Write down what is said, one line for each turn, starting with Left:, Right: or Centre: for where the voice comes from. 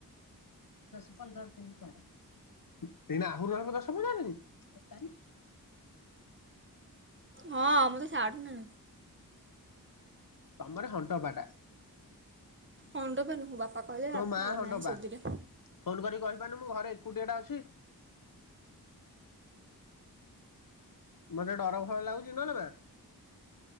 Left: ଦଶ ପନ୍ଦର ଦିନ ପ ଏନା ଆହୁରୁ କଥା ସବୁ ଜାଣନି
Right: ହଁ ମୁଁ ତ ଛଡୁନ
Left: ତମର ହଣ୍ଟବାଟା
Right: ହଣ ଦ ମୋନୁ ବାପା କହିଲେ
Left: ତୋ
Right: ବାପା
Left: ମା ହନ୍ଦପା
Right: ମାଇଁ ଶୋଧିଲେ।
Left: ଫୋନ୍ କରି କହ ମୁ ଘରେ ଏକୁଟିଆ ଟା ଅଛି ମତେ ଡର ଭୟ ଲାଗୁଛି ନହେଲେ ବା